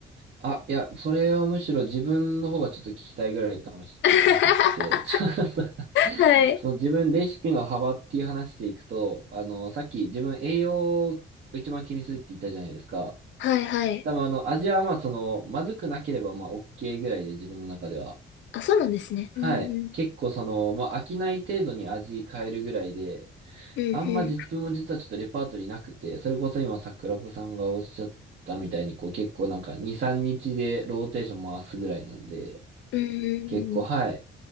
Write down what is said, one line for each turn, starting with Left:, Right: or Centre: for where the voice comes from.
Right: あ、いや、それはむしろ自分の方がちょっと聞きたいぐらいかもしれなくって、
Left: <laughs>
Right: <laughs> ちょっと <laughs>
Left: はい。
Right: その自分レシピの幅っていう話でいくと、あの、さっき自分栄養を一番気にするって言ったじゃないですか。
Left: はいはい。
Right: 多分あの、味はまあその、まずくなければまあ OK ぐらいで自分の中では。
Left: あ、そうなんですね。
Right: はい。
Left: うんうん。
Right: 結構その、まあ飽きない程度に味変えるぐらいで、
Left: うん
Right: あんま実分も実はちょっとレパートリーなくて、それこそ今桜子さんがおっしゃったみたいに、こう結構なんか2、3日でローテーション回すぐらいなんで、
Left: うん。うんうんうん。
Right: 結構はい。